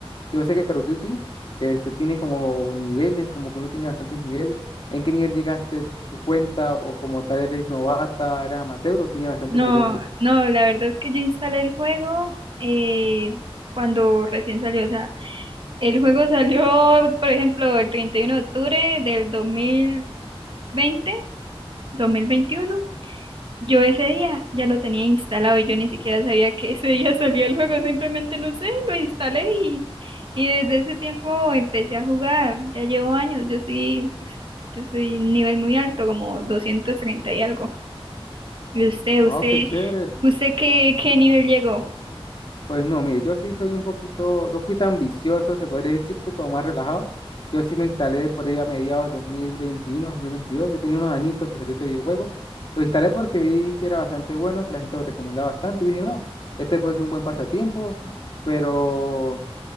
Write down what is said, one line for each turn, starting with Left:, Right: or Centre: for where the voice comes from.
Left: Yo sé que Call of Duty, este, tiene como niveles, como que uno tiene bastantes niveles. ¿En qué nivel llegaste tu cuenta o como tal eres novata, eres amateur o tienes bastante
Right: No,
Left: experiencia?
Right: no, la verdad es que yo instalé el juego eh, cuando recién salió. O sea, el juego salió, por ejemplo, el 31 de octubre del dos dos mil veinte dos mil veintiuno Yo ese día ya lo tenía instalado y yo ni siquiera sabía que ese día salía el juego, simplemente no sé, lo instalé y, y desde ese tiempo empecé a jugar, ya llevo años, yo soy, pues, yo soy nivel muy alto, como 230 y algo. ¿Y usted,
Left: Ah,
Right: usted,
Left: qué chévere.
Right: usted qué, qué nivel llegó?
Left: Pues no, mire, yo sí soy un poquito, no fui tan vicioso, se podría decir, fui como más relajado. Yo sí lo instalé por ahí a mediados de 2021, 2022, yo tenía unos añitos que salió ese videojuego. Lo instalé porque vi que era bastante bueno, que la gente lo recomendaba bastante, y dije, no, este puede ser un buen pasatiempo, pero